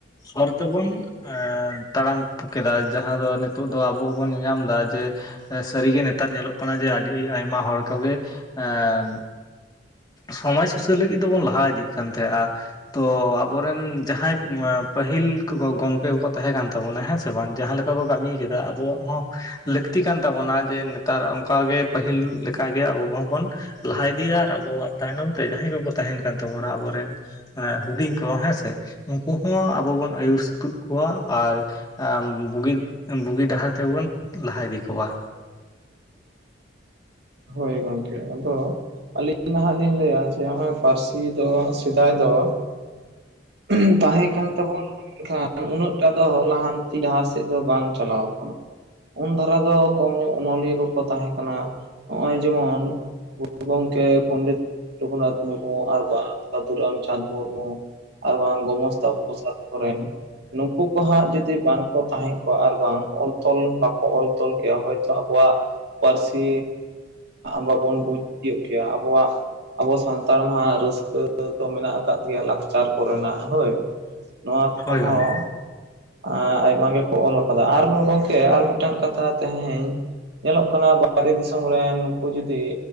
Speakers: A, on the left (about 20°); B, on the right (about 60°).
A: ᱦᱚᱨ ᱛᱮ ᱵᱚᱱ ᱛᱟᱲᱟᱢ ᱠᱮᱫᱟ ᱡᱟᱦᱟᱸ ᱫᱚ ᱱᱤᱛᱚᱜ ᱫᱚ ᱟᱵᱚ ᱦᱚᱸ ᱵᱚᱱ ᱧᱮᱧᱟᱢ ᱮᱫᱟ ᱡᱮ ᱥᱟᱹᱨᱤ ᱜᱮ ᱱᱮᱛᱟᱨ ᱧᱮᱞᱚᱜ ᱠᱟᱱᱟ ᱡᱮ ᱟᱹᱰᱤ ᱟᱭᱢᱟ ᱦᱚᱲ ᱠᱚᱜᱮ ᱮᱸ ᱥᱚᱢᱟᱡ ᱥᱩᱥᱟᱹᱨ ᱞᱟᱹᱜᱤᱫ ᱫᱚ ᱵᱚᱱ ᱞᱟᱦᱟ ᱤᱫᱤᱜ ᱠᱟᱱ ᱛᱟᱦᱮᱸᱫ-ᱟ᱾ ᱛᱚ ᱟᱵᱚ ᱨᱮᱱ ᱡᱟᱦᱟᱸᱭ ᱯᱟᱹᱦᱤᱞ ᱠᱚ ᱜᱚᱢᱠᱮ ᱠᱚᱠᱚ ᱛᱟᱦᱮᱸ ᱠᱟᱱ ᱛᱟᱵᱚᱱᱟ ᱦᱮᱸ ᱥᱮ ᱵᱟᱝ ᱡᱟᱦᱟᱸ ᱞᱮᱠᱟ ᱠᱟ ᱠᱚ ᱠᱟᱹᱢᱤᱭ ᱠᱮᱫᱟ ᱟᱵᱚᱣᱟᱜ ᱦᱚᱸ ᱞᱟᱹᱠᱛᱤ ᱠᱟᱱ ᱛᱟᱵᱚᱱᱟ ᱡᱮ ᱱᱮᱛᱟᱨ ᱚᱱᱠᱟ ᱜᱮ ᱯᱟᱹᱦᱤᱞ ᱞᱮᱠᱟ ᱜᱮ ᱟᱵᱚ ᱦᱚᱸ ᱵᱚᱱ ᱞᱟᱦᱟ ᱤᱫᱤᱭᱟ ᱟᱨ ᱟᱵᱚᱣᱟᱜ ᱛᱟᱭᱱᱚᱢ ᱛᱮ ᱡᱟᱦᱟᱸᱭ ᱠᱚᱠᱚ ᱛᱟᱦᱮᱱ ᱠᱟᱱ ᱛᱟᱵᱚᱱᱟ ᱟᱵᱚ ᱨᱮᱱ ᱦᱩᱰᱤᱧ ᱠᱚ ᱦᱮᱸ ᱥᱮ ᱩᱱᱠᱩ ᱦᱚᱸ ᱟᱵᱚ ᱵᱚᱱ ᱟᱹᱭᱩᱨ ᱥᱟᱹᱛᱩᱜ ᱠᱚᱣᱟ ᱟᱨ ᱟᱻᱢ ᱵᱩᱜᱤᱫ ᱵᱩᱜᱤ ᱰᱟᱦᱟᱨ ᱛᱮ ᱵᱚᱱ ᱞᱟᱦᱟ ᱤᱫᱤ ᱠᱚᱣᱟ᱾
B: ᱦᱳᱭ ᱜᱚᱝᱠᱮ᱾ ᱟᱫᱚ ᱟᱹᱞᱤᱧ ᱱᱷᱟᱜ ᱞᱤᱧ ᱞᱟᱹᱭᱟ ᱡᱮ ᱱᱚᱜ-ᱚᱭ ᱯᱟᱹᱨᱥᱤ ᱫᱚ ᱥᱮᱫᱟᱭ ᱫᱚ <unintelligible> ᱛᱟᱦᱮᱸ ᱠᱟᱱ ᱛᱟᱵᱚᱱ᱾ ᱮᱱᱠᱷᱟᱱ ᱩᱱᱟᱹᱜ ᱴᱟ ᱫᱚ ᱞᱟᱦᱟᱱᱛᱤ ᱰᱟᱦᱟᱨ ᱥᱮᱫ ᱫᱚ ᱵᱟᱝ ᱪᱟᱞᱟᱣ ᱟᱠᱟᱱᱟ᱾ ᱩᱱ ᱫᱷᱟᱨᱟ ᱫᱚ ᱠᱚᱢ ᱧᱚᱜ ᱚᱱᱚᱞᱤᱭᱟᱹ ᱠᱚᱠᱚ ᱛᱟᱦᱮᱸ ᱠᱟᱱᱟ᱾ ᱱᱚᱜ-ᱚᱭ ᱡᱮᱢᱚᱱ ᱜᱩᱨᱩ ᱜᱚᱝᱠᱮ ᱯᱚᱱᱰᱤᱛ ᱨᱚᱜᱷᱩᱱᱟᱛᱷ ᱢᱩᱨᱢᱩ ᱟᱨ ᱵᱟᱝ ᱥᱟᱹᱫᱷᱩᱨᱟᱢᱪᱟᱸᱫᱽ ᱢᱩᱨᱢᱩ᱾ ᱟᱨ ᱵᱟᱝ ᱜᱚᱢᱚᱥᱛᱟ ᱯᱨᱚᱥᱟᱛ ᱥᱚᱨᱮᱱ᱾ ᱱᱩᱠᱩ ᱠᱚ ᱦᱟᱸᱜ ᱡᱩᱫᱤ ᱵᱟᱝ ᱠᱚ ᱛᱟᱦᱮᱸ ᱠᱚᱜ ᱟᱨ ᱵᱟᱝ ᱚᱞ ᱛᱚᱞ ᱵᱟᱠᱚ ᱚᱞ ᱛᱚᱞ ᱠᱮᱫ-ᱟ᱾ ᱦᱳᱭᱛᱳ ᱟᱵᱚᱣᱟᱜ ᱯᱟᱹᱨᱥᱤ ᱵᱟᱵᱚᱱ ᱵᱩᱡᱽ ᱛᱤᱭᱚᱜ ᱠᱮᱭᱟ, ᱟᱵᱚᱣᱟᱜ᱾ ᱟᱵᱚ ᱥᱟᱱᱛᱟᱲ ᱢᱟ ᱨᱟᱹᱥᱠᱟᱹ ᱫᱚ ᱢᱮᱱᱟᱜ ᱟᱠᱟᱫ ᱜᱮᱭᱟ, ᱞᱟᱠᱪᱟᱨ ᱠᱚ ᱨᱮᱱᱟᱜ ᱦᱳᱭ᱾ ᱱᱚᱶᱟ
A: ᱦᱳᱭ
B: ᱠᱚᱦᱚᱸ
A: ᱜᱚᱢᱠᱮ
B: ᱟ ᱟᱭᱢᱟ ᱜᱮᱠᱚ ᱚᱞ ᱟᱠᱟᱫᱟ᱾ ᱟᱨᱦᱚᱸ ᱜᱚᱝᱠᱮ ᱟᱨ ᱢᱤᱫᱴᱟᱝ ᱠᱟᱛᱷᱟ ᱛᱮᱦᱮᱧ ᱧᱮᱞᱚᱜ ᱠᱟᱱᱟ <unintelligible> ᱵᱟᱦᱨᱮ ᱫᱤᱥᱚᱢ᱾ ᱠᱚ ᱨᱮᱱ ᱱᱩᱠᱩ ᱡᱩᱫᱤ